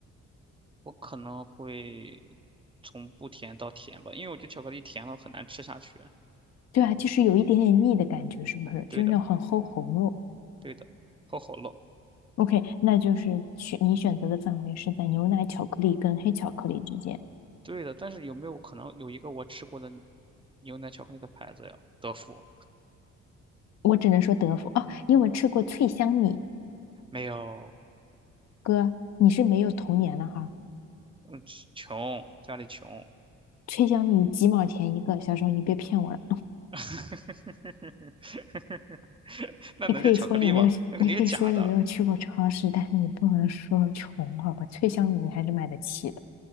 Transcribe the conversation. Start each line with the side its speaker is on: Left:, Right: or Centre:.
Right: 我可能会从不甜到甜吧，因为我觉得巧克力甜了很难吃下去。
Left: 对啊，就是有一点点腻的感觉，是不是？
Right: 对的
Left: 就是那种很齁喉咙。
Right: 对的，齁齁漏。
Left: OK，那就是选你选择的范围是在牛奶巧克力跟黑巧克力之间。
Right: 对的，但是有没有可能有一个我吃过的牛奶巧克力的牌子呀？德芙
Left: 我只能说德芙哦，因为我吃过脆香米，
Right: 没有，
Left: 哥，你是没有童年了哈。
Right: 嗯，穷，家里穷。
Left: 脆香米几毛钱一个，小时候你别骗我了。
Right: <laughs> 那能叫巧克力吗？
Left: 你可以说你没有，
Right: 那肯定是假的，
Left: 你可以说你没有去过超市，但是你不能说穷，好吧？脆香米你还是买得起的。